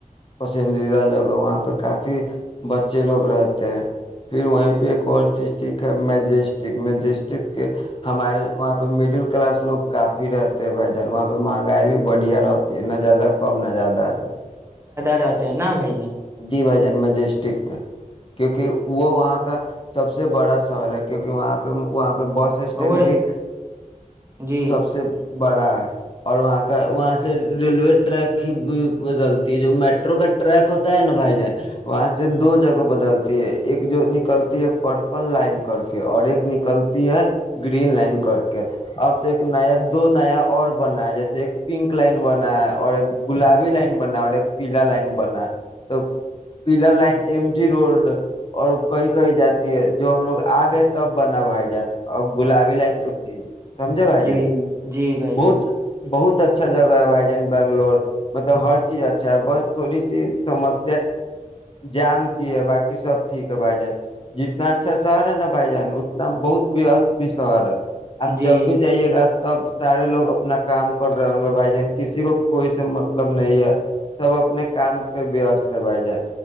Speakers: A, on the left; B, on the right.
A: پسندیدہ جگہ وہاں پہ کافی بچے لوگ رہتے ہیں پھر وہیں پہ ایک اور سسٹک ہے مجیسٹک مجیسٹک کے ہمارے وہاں پہ مڈل کلاس لوگ کافی رہتے ہیں بھائی جان وہاں پہ مہنگائی بھی بڑھیا رہتی نہ زیادہ کم نہ زیادہ ہے جائے
B: تے ہیں نہ بائی جان
A: جی بھائی جان م ڈسٹک میں کیونکہ وہ وہاں کا سب سے بڑا شہر ہے کیونکہ وہاں پہ وہاں پہ بس
B: اچھا
A: اسٹینڈ
B: وہ
A: بھی
B: جی
A: سب سے بڑا ہے اور وہاں کا وہاں سے ریلو ریک ہی ب بدلتا یہ جو میٹرو کا ٹریک ہوتا ن بھائی جائے وہاں سے دو جگہ بدلتی ہے ایک جو نکلتی ہے پرپل لائن کر کے اور ایک نکلتی ہے گرین لائن کر کے اب تو ایک نیا دو نیا اور بنا ہے جیسے ایک پنک لائن بنا ہے اور ایک گلابی لائن بنا اور ایک پیلا لائن بنا توب پیلا لائن ایم جی روڈ اور کہیں کہیں جاتی ہے جو ہم لوگ آ گئے تب بنا بھائی جان اور گلابی لائن تو تھی سمجھے بھائی
B: جی
A: جان
B: جی بھائی
A: بہت
B: جان
A: بہت اچھا جگہ ہے بھائی جان بنگلور مطلب ہر چیز اچھا ہے بس تھوڑی سی سمسیا جام کی ہے باقی سب ٹھیک ہے بھائی جان جتنا اچھا شہر ہے نا بھائی جان اتنا بہت وست بھی شہر ہے آپ
B: جی
A: جب بھی جائیے گا تب سارے لوگ اپنا کام کر رہے ہوں گے بھائی جان کسی کو کوئی سے مطلب نہیں ہے سب اپنے کام پہ بیست ہے بھائی جان